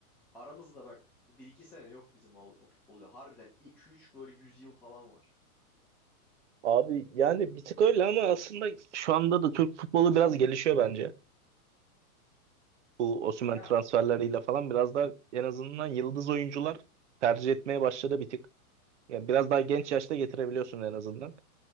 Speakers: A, in the centre; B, on the right (about 50°).
A: Aramızda bak bir iki sene yok bizim Avrupa futbolu. Harbiden iki üç böyle 100 yıl falan var.
B: Abi yani bir tık öyle ama aslında şu anda da Türk futbolu biraz gelişiyor bence. Bu Osimhen
A: Ya
B: transferleriyle falan biraz da en azından yıldız oyuncular tercih etmeye başladı bir tık. Ya biraz daha genç yaşta getirebiliyorsun en azından.